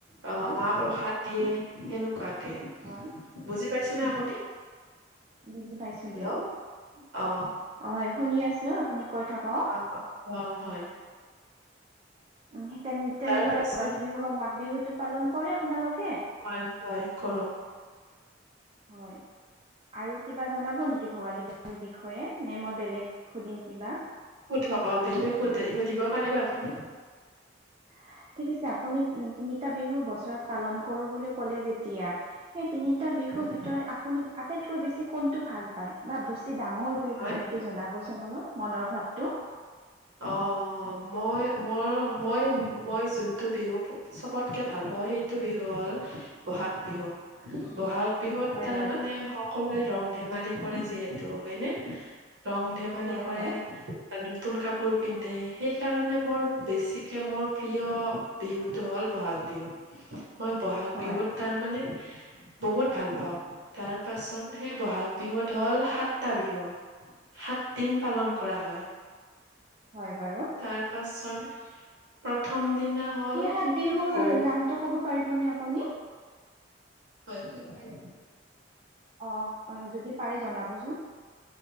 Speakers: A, on the right (about 70°); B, on the right (about 30°).
A: অ
B: হয়।
A: মাহ প্ৰসাদ দিয়ে, সেনেকুৱাকে।
B: হয়
A: বুজি পাইছেনে আপুনি?
B: বুজি পাইছো
A: হেল্ল'
B: দিয়ক
A: অ
B: অ শুনি আছো আপুনি কৈ থাকক
A: অ অ অ হয়।
B: উ তে তেনেদৰে
A: তাৰ পাছত
B: ভোগালী বিহু বা মাঘ বিহুতটো পালন কৰে আপোনালোক
A: হয় হয় কৰো।
B: হয় আৰু কিবা জনাব নেকি ভোগালী বিহুৰ বিষয়ে? নে মই বেলেগ সুধিম কিবা
A: সুধক অ বেলেগ সুধ সুধিব পাৰিব আপুনি।
B: <inaudible> ঠিক আছে আপুনি তিনিটা বিহু বছৰত পালন কৰো বুলি কলে যেতিয়া সেই তিনিটা বিহুৰ
A: উম,
B: ভিতৰত
A: উম।
B: আপুনি আটাইতকৈ বেছি কোনটো ভাল পায়? বা ডাঙৰ বুলি
A: হয়,
B: ভাবে এইটো জনাবচোন অল মনৰ ভাৱটো
A: অঁ। মই মই মই মই যোনটো বিহু চবতকৈ ভাল পাওঁ সেইটো বিহু। হ'ল বহাগ বিহু বহাগ। বিহুত
B: হয়
A: তাৰ
B: বাৰু
A: মানে সকলোৱে ৰং ধেমালি কৰে যিহেতু হয়নে। ৰং ধেমালি
B: হয়
A: কৰে
B: হয়
A: বা নতুন কাপোৰ। সৰু পিন্ধে সেইকাৰণে মোৰ বেছিকৈ মোৰ প্ৰিয় বিহুটো হ'ল বহাগ বিহু। মই বহাগ
B: হয়
A: বিহুত তাৰ মানে।
B: <inaudible>
A: বহুত ভাল পাওঁ তাৰ পাছত সেই বহাগ বিহুত হ'ল সাতটা বিহু। সাতদিন পালন কৰা হয়।
B: হয় বাৰু
A: তাৰ পাছত প্ৰথম। দিনা হ'ল
B: হাত বিহুৰ
A: গৰু
B: নামটো ক'ব পাৰিবনে আপুনি।
A: হয় কব নে?
B: আঁহ আঁহ যদি পাৰে জনাবচোন।